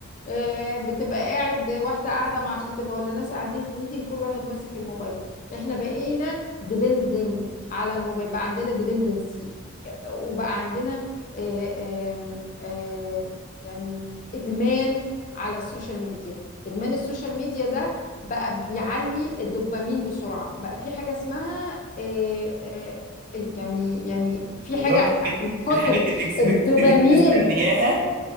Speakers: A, on the left; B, on the right.
A: آه، بتبقى قاعد واحده قاعده مع خطيبها ولا ناس قاعدين في ميتنج كل واحد ماسك الموبايل احنا بقينا ديبندنج على الموبايل بقى عندنا ديبندنسي وبقى عندنا آه، آم، آه، يعني ادمان على السوشيال ميديا ادمان السوشيال ميديا ده بقى بيعلي الدوبامين بسرعة بقى في حاجة اسمها آه، آه، يعني يعني في
B: اللي
A: حاجة
B: هو الحاجات
A: من كتر
B: الحاجات الاكسبكتد
A: الدوبامين
B: اللي انت مستنياها